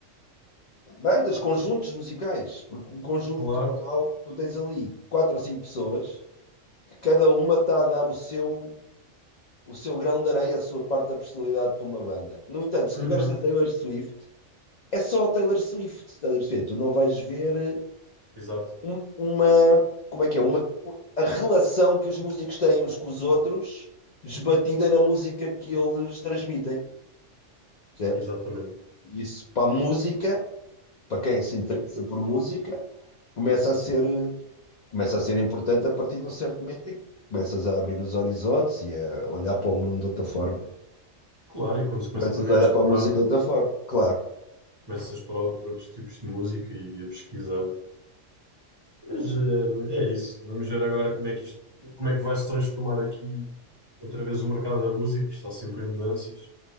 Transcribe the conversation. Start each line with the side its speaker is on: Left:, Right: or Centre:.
Left: Bandas, conjuntos musicais, porque um conjunto
Right: claro.
Left: musical, tu tens ali quatro ou cinco pessoas que cada uma está a dar o seu, o seu grão de areia, a sua parte da personalidade para uma banda. No entanto, se
Right: Uhum,
Left: estiveres na Taylor Swift, é só a Taylor Swift, estás a perceber? Tu não vais ver
Right: exato,
Left: um- uma, como é que é? Uma, a relação que os músicos têm uns com os outros esbatida na música que eles transmitem, percebes?
Right: exatamente.
Left: E Isso para a música, para quem se interessa por música, começa a ser eh, começa a ser importante a partir de um certo momento em que começas a abrir os horizontes e a olhar para o mundo de outra forma.
Right: Claro, e quando se começa
Left: Começas
Right: também
Left: a olhar
Right: a explorar,
Left: para a música de outra forma, claro.
Right: começa a explorar outros tipos de música e a pesquisar. Mas eh, é isso. Vamos ver agora como é que isto, como é que vai se transformar aqui outra vez o mercado da música, que está sempre em mudanças.